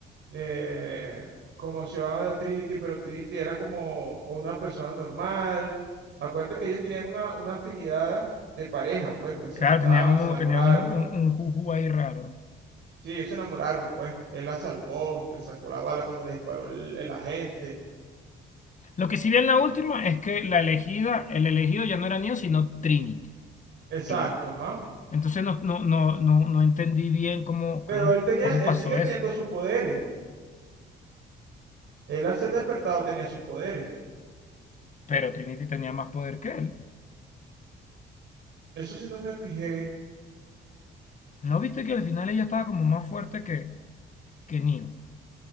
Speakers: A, on the right; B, on the left.
A: eh, conoció a la Trinity, pero Trinity era como una persona normal. Acuérdate que ellos tenían una, una afinidad de pareja, pues, porque se
B: Claro,
A: gustaban,
B: tenían
A: se
B: un,
A: enamoraron.
B: tenían un, un, un juju ahí raro.
A: Sí, ellos se enamoraron, pues. Él la salvó, que le sacó la bala cuando le disparó el, el agente.
B: Lo que sí vi en la última es que la elegida, el elegido ya no era Neo, sino Trinity.
A: Exacto,
B: y ma-
A: ajá.
B: Entonces no, no, no, no, no entendí bien cómo, cómo,
A: Pero él tenía,
B: cómo
A: él
B: pasó
A: sigue
B: eso.
A: teniendo sus poderes. Él al ser despertado tenía sus poderes.
B: Pero Trinity tenía más poder que él.
A: Eso sí no me fijé.
B: ¿No viste que al final ella estaba como más fuerte que, que Neo?